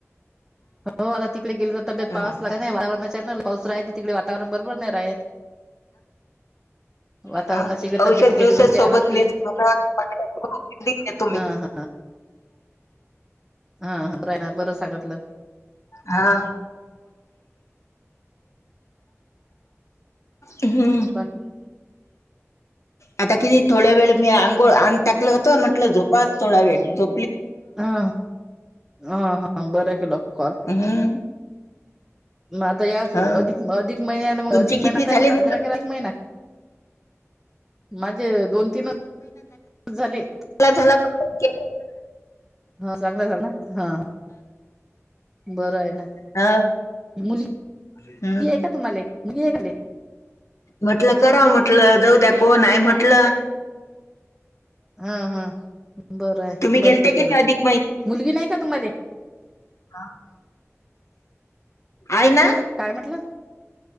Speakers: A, in the centre; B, on the left.
A: हो आता तिकडे गेले तर तब्येत
B: हम्म
A: पाऊस लागला नाही वातावरणा पाऊस राह तिकडे वातावरण बरोबर नाही राहत वातावरणाची
B: हा
A: इकडे
B: औषध
A: तब्येतीच्या
B: दिवसे
A: इकडे लक्ष द्यायला
B: सोबत
A: लागते
B: मे मलाट हो तुम्ही
A: हा हा हा रा ना बरं सांगतलं
B: हा हम्म
A: बाकी
B: आता कि नाही थोड्या वेळ मी अंघोळ आंग टाकलं होतं म्हटलं झोपाच थोडा वेळ झो
A: हा हा हा बर केलं कॉल
B: हम्
A: मग आता या वर्षी
B: हा
A: अधिक अधिक महिन्याला मग
B: तुमची
A: अधिक महिना
B: किती
A: काय
B: झाले
A: केला
B: म
A: साजरा केला एक महिना माझे दोन तीन झाले
B: झाल ब के
A: हा चांगलं झाल ना हा बरं आहे ना
B: ह
A: मुली
B: हम्म
A: आहे का तुम्हाला मुली आहे काले
B: म्हटलं कराव म्हटलं, जाऊ द्या कोण आहे म्हटलं.
A: हा हा, बरं आहे
B: तुम्ही गेलते
A: बर
B: की
A: केलं
B: नाही अधिक
A: मुलगी नाही का तुम्हाला?
B: आ, आहे ना.
A: काय म्हटलं